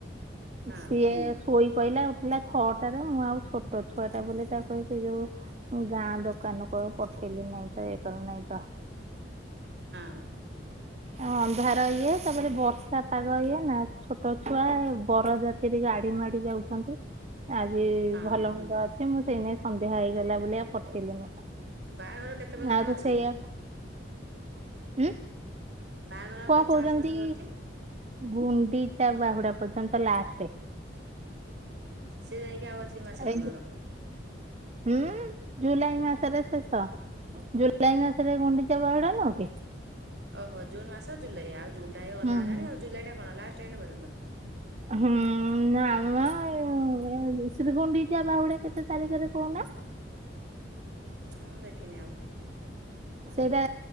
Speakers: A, on the right (about 65°); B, on the right (about 35°).
A: ହଁ
B: ସିଏ ଶୋଇ ଶୋଇଲା ଉଠିଲା ଛଅଟାରେ ମୁଆଉ ଛୋଟ ଛୁଆଟା ବୋଲି ତାକୁ ସେଯୋଉ ଗାଁ ଦୋକାନକୁ ଆଉ ପଠେଇଲିନି ନାଇଁତ ଏକା ନାଇଁତ
A: ହଁ।
B: <inaudible> ଅନ୍ଧାର ଇଏ, ତାପରେ ବର୍ଷା ପାଗ ଇଏନା ଛୋଟ ଛୁଆ ବରଜାତିରେ ଗାଡ଼ି ମାଡ଼ି ଯାଉ ଛନ୍ତି। ଆଜି
A: ହଁ
B: ଭଲମନ୍ଦ ଅଛି ମୁସେଇନାଗି ସନ୍ଧ୍ୟା ହେଇଗଲା ବୋଲି ଆଉ ପଠେଇଲିନି।
A: ବାହାଘର କେତେ ପର୍ଯ୍ୟନ୍ତ
B: ଆଉ ତ
A: ଅଛି?
B: ସେଇଆ ଉଁ।
A: ବାହାଘର ଆଉ
B: କଣ
A: କେତେ
B: କହୁଚନ୍ତି,
A: ମାସ ପର୍ଯ୍ୟନ୍ତ ଅଛି
B: ଗୁଣ୍ଡିଚା ବାହୁଡ଼ା ପର୍ଯ୍ୟନ୍ତ ଲାଷ୍ଟେ।
A: ସିଏ ଯାଇକି ଆଉ ଅଛି ମାସେ
B: ଏଇ
A: କନ୍ଧର।
B: ହୁଁ, ଜୁଲାଇ ମାସରେ ଶେଷ ଜୁଲାଇ ମାସରେ ଗୁଣ୍ଡିଚା ବାହୁଡ଼ା ନୁହଁକି।
A: ଓହୋ ଜୁନ୍ ମାସ ଜୁଲାଇ ଆଉ ଜୁନଟା ଏଇ ଅଧା
B: ହୁଁ
A: ହେଲାଣି
B: ହୁଁ।
A: ଆଉ ଜୁଲାଇଟା କଣ ଲାଷ୍ଟ ଏଣ୍ଡ ପର୍ଯ୍ୟନ୍ତ।
B: ହୁଁ, ନାମୋ <unintelligible> ଶ୍ରୀଗୁଣ୍ଡିଚା ବାହୁଡ଼ା କେତେ ତାରିଖରେ କହୁନ?
A: ଉଁ ଦେଖିନି ଆଉ।
B: ସେଇଟା